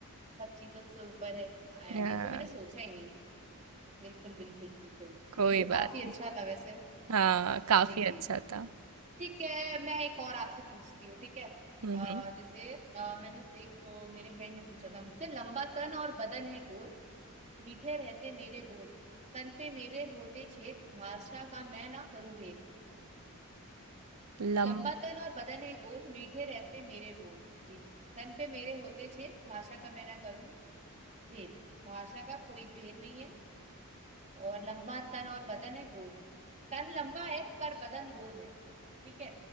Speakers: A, on the right; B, on the right.
A: सब चीजों से ऊपर है हाँ यार
B: हाँ
A: ये तो मैंने सोचा ही नहीं बिल्कुल बिल्कुल बिल्कुल
B: कोई
A: ये तो काफी
B: बात नहीं
A: अच्छा था वैसे
B: हाँ काफी
A: जी जी
B: अच्छा
A: जी जी
B: था
A: ठीक है मैं एक और आपसे पूछती हूँ ठीक है अ,
B: हम्म हम्म
A: जैसे अ, मैंने से- एक अ, मेरे फ्रेंड ने पूछा था मुझसे लंबा तन और बदन है गोल मीठे रहते मेरे बोल तन पे मेरे होते छेद भाषा का मैं ना करूं भेद
B: लंबे
A: लंबा तन और बदन है गोल मीठे रहते मेरे बोल जी जी तन पे मेरे होते छेद भाषा का मैं ना करूं भेद भाषा का कोई भेद नहीं है और लंबा तन और बदन है गोल तन लंबा है पर बदन गोल है ठीक है